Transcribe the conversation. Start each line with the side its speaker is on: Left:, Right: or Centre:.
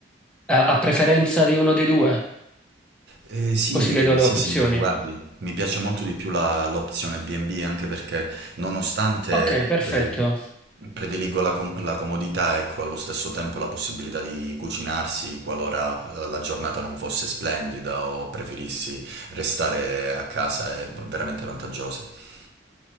Centre: A, a preferenza di uno dei due?
Right: Eh, sì,
Centre: Così le do le
Right: sì,
Centre: opzioni.
Right: sì, guardi, mi piace molto di più la- l'opzione B&B anche perché nonostante
Centre: Ok, perfetto.
Right: eh, prediligo la, com- la comodità, ecco, allo stesso tempo la possibilità di cucinarsi qualora eh, la giornata non fosse splendida o preferissi restare a casa è veramente vantaggiosa.